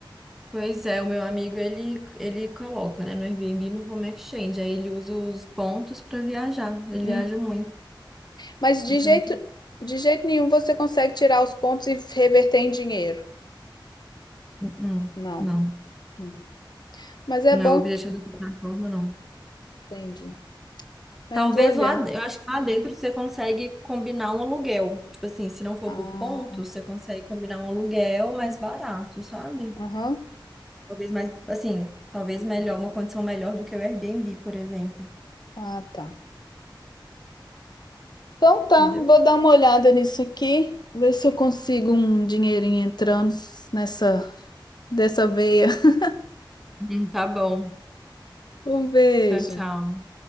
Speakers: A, in the centre; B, on the left.
A: Pois é, o meu amigo, ele, ele coloca, né, no Airbnb e no Home Exchange. Aí ele usa os pontos para viajar. Ele
B: Hum.
A: viaja muito.
B: Mas de
A: Deixa
B: jeito,
A: muito
B: de jeito nenhum você consegue tirar os pontos e reverter em dinheiro.
A: Uhum.
B: Não.
A: Não,
B: Uhum. Mas é
A: não
B: bom.
A: é o objetivo
B: que-
A: da plataforma, não.
B: Entendi. É,
A: Talvez
B: vou olhar.
A: lá, eu acho que lá dentro você consegue combinar um aluguel. Tipo assim, se não for
B: Ah,
A: por ponto, você consegue combinar um aluguel mais barato, sabe?
B: Aham.
A: Talvez mais, assim, talvez melhor, uma condição melhor do que o Airbnb, por exemplo.
B: Ah, tá. Então tá,
A: Entendeu?
B: vou dar uma olhada nisso aqui, ver se eu consigo um dinheirinho entrando nessa dessa veia. <laughs>
A: Hum, tá bom.
B: Um beijo.
A: Então, tchau.